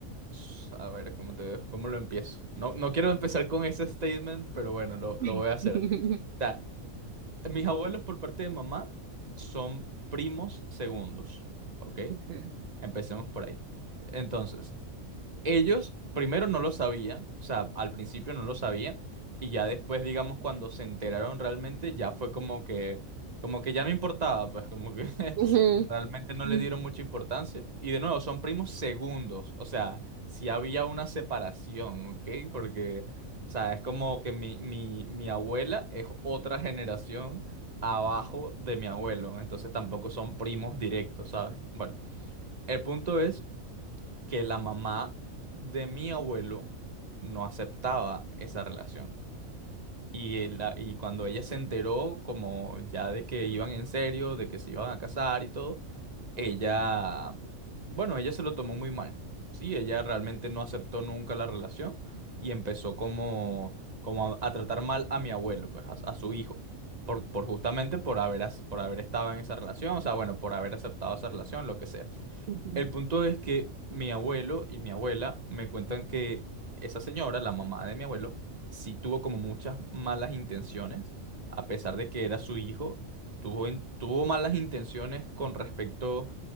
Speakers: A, on the right; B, on the right.
A: s- a ver, ¿cómo te, cómo lo empiezo? No, no quiero empezar con ese statement, pero bueno, lo,
B: <laughs>
A: lo voy a hacer. O sea, mis abuelos por parte de mamá son primos segundos, ¿ok?
B: Ujú.
A: Empecemos por ahí. Entonces, Ellos primero no lo sabían, o sea, al principio no lo sabían y ya después, digamos, cuando se enteraron realmente, ya fue como que, como que ya no importaba, pues como que <laughs>
B: Ujú,
A: realmente no
B: Ujú.
A: le dieron mucha importancia. Y de nuevo, son primos segundos, o sea, si había una separación, ¿ok? Porque, o sea, es como que mi, mi, mi abuela es otra generación abajo de mi abuelo, entonces tampoco son primos directos, ¿sabes? Bueno, el punto es que la mamá de mi abuelo no aceptaba esa relación. Y, él la- y cuando ella se enteró, como ya de que iban en serio, de que se iban a casar y todo, ella, bueno, ella se lo tomó muy mal. Sí, ella realmente no aceptó nunca la relación y empezó como, como a, a tratar mal a mi abuelo, pues a, a su hijo, por, por justamente por haber, as- por haber estado en esa relación, o sea, bueno, por haber aceptado esa relación, lo que sea.
B: ujú,
A: El punto es que mi abuelo y mi abuela me cuentan que esa señora, la mamá de mi abuelo, sí tuvo como muchas malas intenciones, a pesar de que era su hijo, tuvo, in- tuvo malas intenciones con respecto